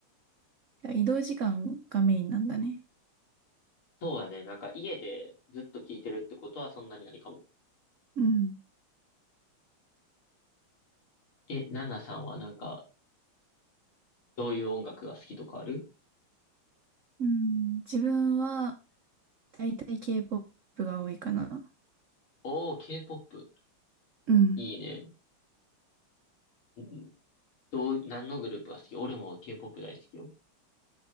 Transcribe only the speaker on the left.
そうだね。なんか家でずっと聞いてるってことはそんなにないかも。
え、ナナさんはなんか、どういう音楽が好きとかある
おー、K-POP。
いいね。んどう、何のグループが好き俺も K-POP 大好きよ。